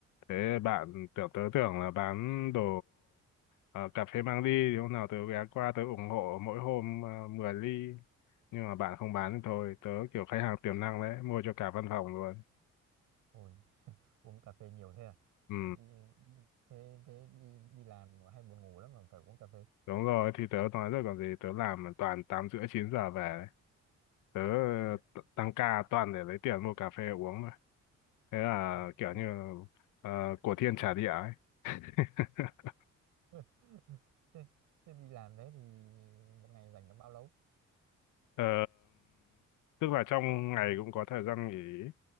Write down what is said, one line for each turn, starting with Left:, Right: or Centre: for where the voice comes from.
Left: Thế bạn tưởng tớ tưởng là bán đồ ờ, cà phê mang đi thì hôm nào tớ ghé qua tớ ủng hộ mỗi hôm uh, 10 ly nhưng mà bạn không bán thì thôi tớ kiểu khách hàng tiềm năng đấy mua cho cả văn phòng luôn
Right: ôi uống cà phê nhiều thế à
Left: ừ
Right: Ờ, đi, thế thế đi đi làm hay buồn ngủ lắm mà phải uống cà phê
Left: đúng rồi thì tớ nói rồi còn gì tớ làm toàn tám rưỡi chín giờ về đấy. tớ ờ,
Right: Ừ.
Left: t- tăng ca toàn để lấy tiền mua cà phê uống mà thế là
Right: Ờ,
Left: kiểu
Right: thế,
Left: như ờ, của thiên trả địa ấy <laughs>
Right: <laughs> thế, thế đi làm thế thì một ngày dành được bao lâu
Left: Ờ, tức là trong ngày cũng có thời gian nghỉ